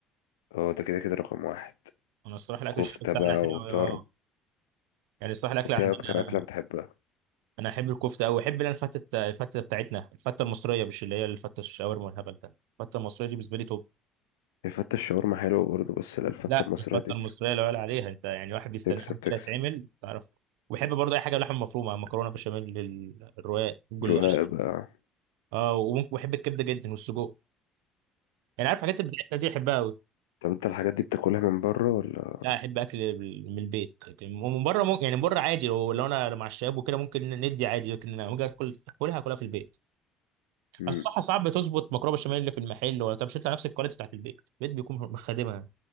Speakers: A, on the left; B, on the right.
A: اه ده كده كده رقم واحد
B: انا الصراحه الاكل
A: كفتة
B: الشرقي بتاعنا
A: بقى
B: حلو
A: وطرب
B: أوي، اه يعني الصراحه الاكل
A: أنت
B: عندنا
A: إيه أكتر أكلة بتحبها
B: انا احب الكفته قوي احب اللي انا الفته الفته بتاعتنا الفته المصريه مش اللي هي الفته الشاورما والهبل ده الفته المصريه دي بالنسبه لي توب
A: الفتة الشاورما حلوة برضه بس لا الفتة
B: لا
A: المصرية
B: الفته
A: تكسب
B: المصريه لا يعلى عليها انت يعني واحد بيستناها
A: تكسب تكسب
B: كده تعمل تعرف وبحب برضه اي حاجه لحم مفرومه مكرونه بشاميل ال- الرقاق الجلاش
A: رقاق بقى
B: اه وممكن بحب الكبده جدا والسجق يعني عارف الحاجات اللي بتاعتنا دي احبها قوي
A: طب أنت الحاجات دي بتاكلها من بره ولا
B: لا احب اكل بال- من البيت لكن من بره ممكن يعني من بره عادي لو لو انا مع الشباب وكده ممكن ندي عادي لكن لما اجي اكل اكلها اكلها في البيت
A: مم.
B: الصحة ساعات بتظبط مكرونة بشاميل اللي في المحل ولا طب مش هيطلع نفس الكواليتي بتاعت البيت البيت بيكون مخدمها